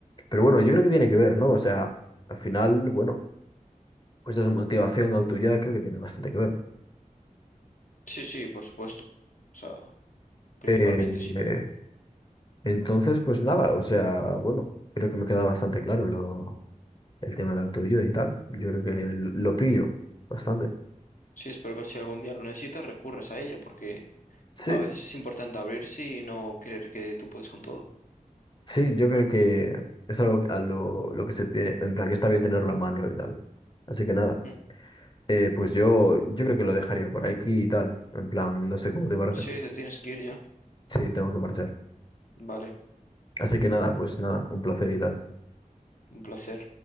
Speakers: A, on the left; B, on the left.
A: Pero bueno, yo creo que tiene que ver, ¿no? O sea, al final, bueno, pues esa motivación autoayuda creo que tiene bastante que ver.
B: Sí, sí, por supuesto. O sea, principalmente
A: Eh,
B: sí.
A: eh, entonces, pues nada, o sea, bueno, creo que me queda bastante claro lo, el tema de la autoayuda y tal. Yo creo que l- lo pillo bastante.
B: Sí, espero que si algún día lo necesitas, recurras a ella, porque
A: Sí,
B: a veces es importante abrirse y no creer que tú puedes con todo.
A: sí, yo creo que es algo a lo, lo que se tiene, en plan que está bien tenerlo a mano y tal. Así que nada.
B: Mm.
A: Eh, pues yo, yo creo que lo dejaría por aquí y tal. En plan, no sé cómo te parece.
B: Sí, te tienes que ir ya.
A: Sí, tengo que marchar.
B: Vale,
A: Así que nada, pues nada, un placer y tal.
B: un placer.